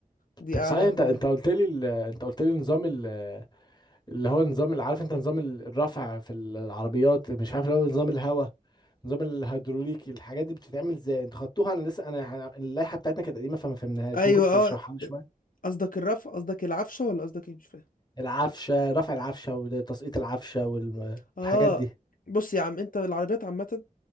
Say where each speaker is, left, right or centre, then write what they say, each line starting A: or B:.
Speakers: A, on the left (about 70°); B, on the left (about 30°).
A: دي
B: طب
A: اعلاهم
B: صحيح انت انت
A: يعني
B: قلت لي ال... انت قلت لي نظام ال... اللي هو نظام اللي عارف انت نظام ال- الرفع في العربيات مش عارف اللي هو نظام الهواء نظام الهيدروليكي الحاجات دي بتتعمل ازاي انتوا خدتوها انا لسه انا انا- اللائحه بتاعتنا كانت قديمه فما فهمناهاش
A: ايوه
B: ممكن تشرحها
A: اه
B: لي شويه
A: قصدك الرفع قصدك العفشه ولا قصدك ايه مش فاهم
B: العفشه رفع العفشه وتسقيط العفشه وال-
A: اه
B: والحاجات دي
A: بص يا عم انت العربيات عامه